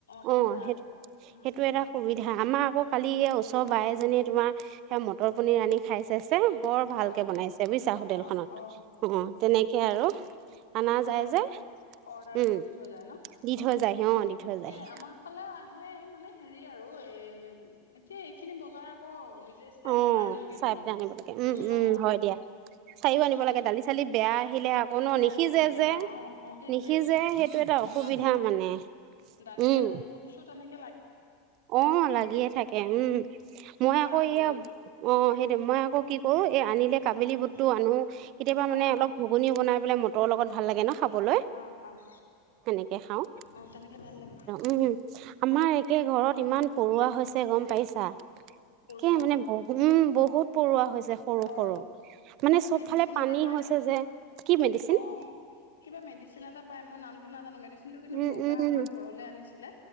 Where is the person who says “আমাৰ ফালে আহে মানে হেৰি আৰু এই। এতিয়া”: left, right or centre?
Left